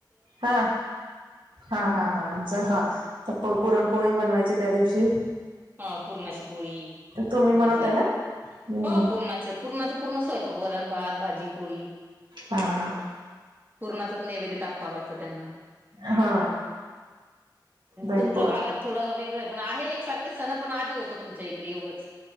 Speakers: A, on the right; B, on the right.
A: हा हा हा हा आमचा हा पुरणपोळी. बनवायची त्या दिवशी.
B: हा पुरणाची पोळी
A: तुम्ही बनवताय
B: भाजी.
A: ना हम्म
B: हो पूर्णाच पूर्णाच पूर्ण स्वयंपाक वरण भात भाजी पोळी.
A: हा.
B: पुर्णाच नैवेद्य दाखवाव लागतं त्यांना.
A: हा. बैलपोळा
B: तुमच्या भागात थोडं वेगळं पण आहे एकसारखे सणं पण आधी होतो तुमच्या इकडे एवढंच.